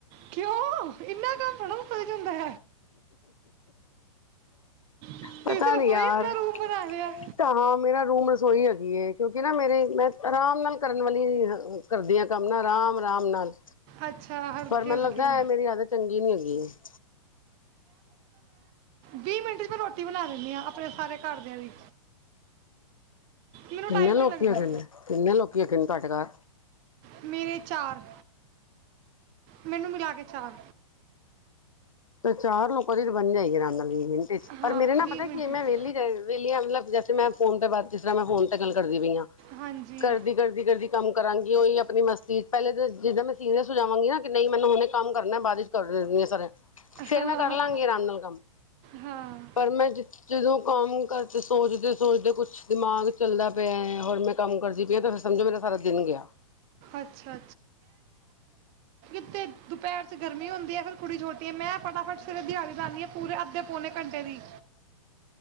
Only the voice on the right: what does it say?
ਕਿਉਂ, ਇੰਨਾ ਕੰਮ ਥੋੜਾ ਨਾ ਕਰੀ ਦਾ ਹੁੰਦਾ। ਤੁਸੀਂ
ਤਾਂ
ਰਸੋਈ
ਆਪਣਾ ਰੂਮ ਬਣਾ ਲਿਆ
ਅੱਛਾ ਹਲਕੇ
ਹਲਕੇ
ਵੀਹ ਮਿੰਟ ਚ ਮੈਂ ਰੋਟੀ ਬਣਾ ਲਿੰਦੀ ਹਾ, ਆਪਣੇ ਸਾਰੇ ਘਰਦਿਆਂ ਦੀ। ਮੈਨੂੰ
ਟਾਈਮ
ਨਹੀਂ ਲੱਗਦਾ
ਮੇਰੇ ਚਾਰ, ਮੈਨੂੰ ਮਿਲਾ ਕੇ ਚਾਰ।
ਹਾਂ
ਮਿੰਟ
ਵਿੱਚ
ਹਾਂਜੀ
ਹਾਂ
ਹਾਂ
ਅੱਛਾ ਫੇਰ ਦੁਪਿਹਰ ਚ ਗਰਮੀ ਹੁੰਦੀ ਐ, ਫੇਰ ਕੁੜੀ ਛੋਟੀ ਏ ਮੈਂ ਫਤਾ ਫਟ ਸਵੇਰੇ <unintelligible> ਪੂਰੇ ਅੱਧੇ ਪੋਣੇ ਘੰਟੇ ਦੀ।